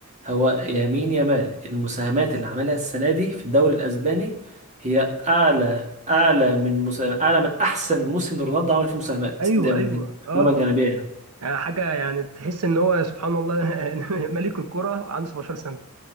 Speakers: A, on the right (about 30°); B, on the right (about 85°).
A: هو يمين يامال المساهمات اللي عملها السنه دي في الدوري الاسباني هي اعلى اعلى من مسا... اعلى من احسن موسم لرونالدو عمل فيه مساهمات
B: ايوه
A: دي
B: ايوه
A: دي
B: اه
A: معلومه جانبيه يعني
B: يعني حاجه يعني تحس ان هو سبحان الله <laughs> ملك الكره عنده 17 سنه